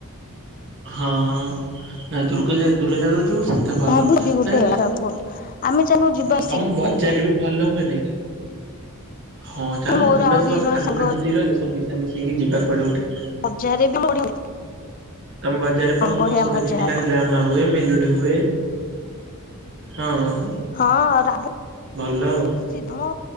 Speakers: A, on the right (about 55°); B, on the left (about 40°).
A: ହଁ ନା ଦୁର୍ଗା ଯାଗ ଦୂର ଜାଗାକୁ ଯିବୁ। ସେତେ ଭଲ
B: ଭାବୁଛି ଗୋଟେ
A: <unintelligible>
B: ଜାଗାକୁ ଆମେ ଚାଲୁନୁ ଯିବା ମିଶିକି
A: ତମ ବଜାର ବି ଭଲ ହୁଏ ନାଇ କି, ହଁ ଚାଲୁନ
B: ମୋର
A: ଯିବା
B: ଆଉ
A: ସବୁ
B: ଦି
A: ଆମେ
B: ଜଣ
A: ସାଙ୍ଗମାନେ
B: ସାଙ୍ଗ
A: ଯେତିକି ରହିଲେ ସବୁ ମିଶା ମିଶି ହେଇକି ଯିବା କୁଆଡ଼େ ଗୋଟେ?
B: ଅଜା ଘରେ ବି। <unintelligible>
A: ତମ ବଜାରରେ ପା ମୁଁ
B: ବଢିଆ
A: କଣ ଶୁଣିଥିଲି,
B: ମଜା ହବ
A: କାଲି ଡ୍ରାମା ହୁଏ ମେଲୋଡି ହୁଏ। ହଁ।
B: ହଁ ରାହୁ
A: ଭଲ ଆଉ।
B: <unintelligible> ମୁଁ।